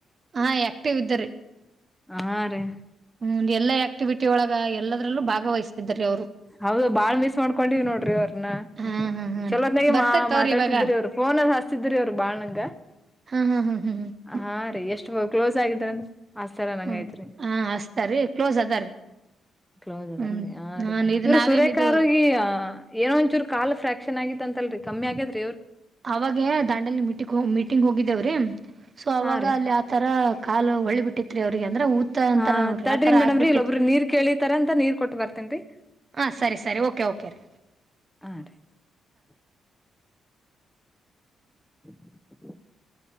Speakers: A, on the right; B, in the centre.
A: ಹಾ ಯಾಕ್ಟೇವ್ ಇದ್ದರಿ
B: ಹಾ ರೀ
A: ಹ್ಮ ಎಲ್ಲ ಆಕ್ಟಿವಿಟಿ ಒಳಗೆ ಎಲ್ಲದ್ರಲ್ಲೂ ಭಾಗವಹಿಸ್ತಿದ ರ ಅವ್ರು
B: ಹೌದು ಬಾಳ್ ಮಿಸ್ ಮಾಡ್ಕೊಂಡಿವ್ ನೋಡ್ರಿ ಅವ್ರನ್ನ
A: ಹಾ ಹಾ ಹಾನ್ರಿ
B: ಚಲೋದನೆ
A: ಬರ್ತಾರ್
B: ಮಾ
A: ತವ್ರಿ
B: ಮಾತಾಡ್ತಿದ್ರಿ
A: ಇವಾಗ
B: ಅವ್ರು ಫೋನ ಅದು ಹಚ್ಚತಿ ದ್ರಿ ಅವ್ರು ಬಾಳ್ನಂಗ
A: ಹಾ ಹಾ ಹಾ ಹಾ ಹ್ಮ
B: ಹಾ ರೀ ಎಷ್ಟು ಕ್ಲೋಸ್ ಆಗಿದಾರಂದ್ರ ಆತರ ನಂಗೈತ್ರಿ
A: ಹ್ಮ್ ಹಾ ಹಸ್ತಾರೀ ಕ್ಲೋಸ್ ಅದಾರೀ
B: ಕ್ಲೋಸ್ ಅದ
A: ಹ್ಮ್
B: ಹ
A: ಹಾ
B: ರೀ
A: ಇದು
B: ಇವ
A: ನಾವೇನ್
B: ಸುರ
A: ಇದು
B: ಕಾರುಗ ಏನೋ ಒಂಚೂರು ಕಾಲ್ ಫ್ರಾಕ್ಷನ್ ಆಗಿತ್ತ ಅಂತಲ್ರಿ ಕಮ್ಮಿ ಆಗೇತ್ರಿ
A: ಅವಾಗ ದಾಂಡಲ್ ಮೀಟಿ ಮೀಟಿಂಗ್ ಹೋಗಿದ್ದೇವ್ರಿ ಸೊ ಅವಾಗ
B: ಹಾ ರೀ
A: ಅಲ್ಲಿ ಆತರ ಕಾಲು ಹೊಳಿ ಬಿಟ್ಟಿತ್ರಿ ಅವ್ರಿಗೆ ಅಂದ್ರ ಊತ ಅಂತಾರ
B: ಹ
A: ನೋಡ್ರಿ
B: ತಡ್ರಿ
A: ಆತರ
B: ಮೇಡಮ್ರರಿ
A: ಆಗ್ಬಿಟ್ಟಿತ್ರಿ
B: ಇಲ್ಲೊಬ್ರ ನೀರ್ ಕೇಳಿತಾರ ಅಂತ ನೀರ್ ಕೊಟ್ಟ ಬರ್ತನ್ರಿ
A: ಹ ಸರಿ ಸರಿ ಓಕೆ ಓಕೆ ರ
B: ಹ ರೀ <unintelligible>